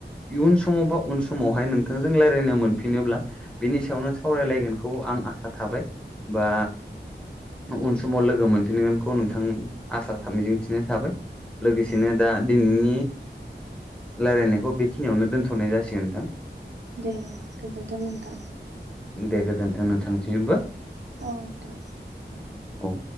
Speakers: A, in the centre; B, on the right (about 65°).
A: इयुन समाव बा उन समावहाय नोंथांजों रायज्लायनो मोनफिनोब्ला बिनि सायावनो सावरायलायगोन। बे खौ आं आसा थाबाय बा उन समाव लोगो मोनफिनगोनखौ नोंथां। आसा मिजिं थिनाय थाबाय लोगोसेनो
B: औ
A: दा दिनैनि रायलायनायखौ बेखिनियावनो दोनथ'नाय जासिगोन नोंथां।
B: दे गोजोनथों नोंथां।
A: दे गोजोन्थों नोंथांनिसिमबो
B: औ दे।
A: औ